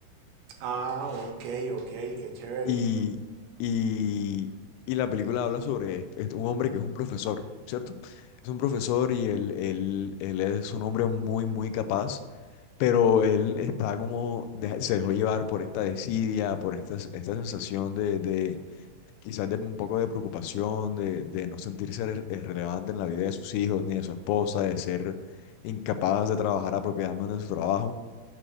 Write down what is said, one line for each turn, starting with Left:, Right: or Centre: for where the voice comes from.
Right: Ah, ok, ok, qué chévere.
Left: Y, y, y la película habla sobre est- est- un hombre que es un profesor, ¿cierto? Es un profesor y él, él, él es un hombre muy, muy capaz, pero él está como, de- se dejó llevar por esta desidia, por esta, esta sensación de, de quizás de un poco de preocupación, de, de no sentirse re- eh, relevante en la vida de sus hijos ni de su esposa, de ser incapaz de trabajar apropiadamente en su trabajo.